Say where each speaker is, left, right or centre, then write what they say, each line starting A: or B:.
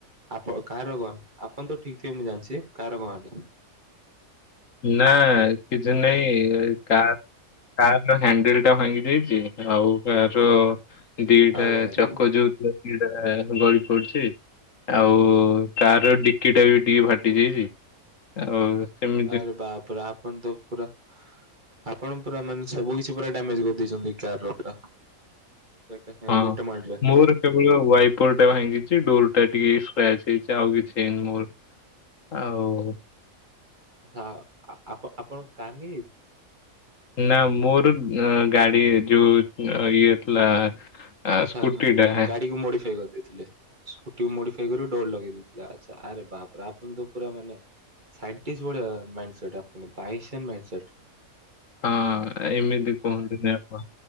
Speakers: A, on the right; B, on the left.
A: ଆପଣକାହାର କଣ ହେଲା ଆପଣ ତ ଠିକ ଥିବ ମୁଁ ଜାଣିଚି କାହାର କଣ ହେଲା।
B: ନା କିଛି ନାଇଁ କାର କର୍ ର ହ୍ୟାଣ୍ଡେଲ ଟା ଭାଙ୍ଗି ଯାଇଚି ଆଉ କାର୍ ର ଦିଟା
A: ଆରେ ଆରେ
B: ଚକ ଯୋଉଥିଲା ଦିଟା ଗଳି ପଡିଚି। ଆଉ କର ର ଡିକି ଟା ବି ଟିକେ ଫାଟି ଯାଇଚି ଆଉ ସେମି
A: ଆରେ ବାପରେ ଆପଣ ତ ପୁରା ଆପଣ ପୁରା ମାନେ ସବୁ କିଛି ପୁରା ଡ୍ୟାମେଜ କରିଦେଇଛନ୍ତି କାର୍ ର ପୁରା। ଏକା ସାଙ୍ଗରେ
B: ହଁ
A: ଗୋଟେ ମାଡରେ।
B: ମୋର ୱାଇପର ଟା ଭାଙ୍ଗିଚି ଡୋର ଟା ଟିକେ ସ୍କ୍ରାଚ୍ ହେଇଚି ଆଉ କିଛି ହେଇନି ମୋର। ଆଉ
A: ଆ-ଆ-ଆପଣ ଆପଣ କାର୍ ନେଇକି
B: ନା ମୋର ଏ ଗାଡି ଯୋଉ ଇଏ ଥିଲା।
A: ଆଚ୍ଛା
B: ସ୍କୁଟି ଟା ହଁ।
A: ଗାଡି କୁ ମଡିଫାଇ କରିଦେଇଥିଲେ। ସ୍କୁଟିକୁ ମଡିଫାଇ କରି ଡୋର ଲଗେଇ ଦେଇଥିଲେ। ଆଚ୍ଛା ଆରେ ବାପ୍ ଆପଣ ତ ପୁରା ମାନେ ସାଇନଟିଷ୍ଟ ଭଳିଆ ମାଇଣ୍ଡସେଟ୍ ଆପଣଙ୍କର। ଆପଣଙ୍କର ଆଇନଷ୍ଟାଇନ ମାଇଣ୍ଡସେଟ୍।
B: ହଁ ଏମିତି କୁହନ୍ତୁନି ଆପଣ।